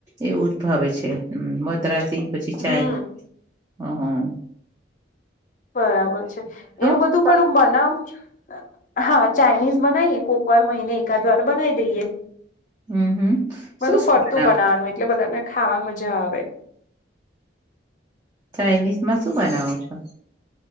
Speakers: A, on the right (about 20°); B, on the left (about 40°).
A: એવું જ ભાવે છે, હમ્મ, મદ્રાસી પછી ચાય,
B: હમ
A: હમ્મ.
B: બરાબર છે, એવું
A: છો
B: બધું
A: ઘરે
B: પણ હું બનાવુ જ. હા ચાઇનીઝ બનાવીએ કોક વાર મહિને એકાદ વાર બનાવી દઈએ.
A: હમ હમ શું
B: બધું
A: શું
B: ફરતું
A: બનાવો
B: બનાવાનું એટલે બધાને ખાવાની મજા આવે.
A: ચાઇનીઝ માં શું બનાવો છો?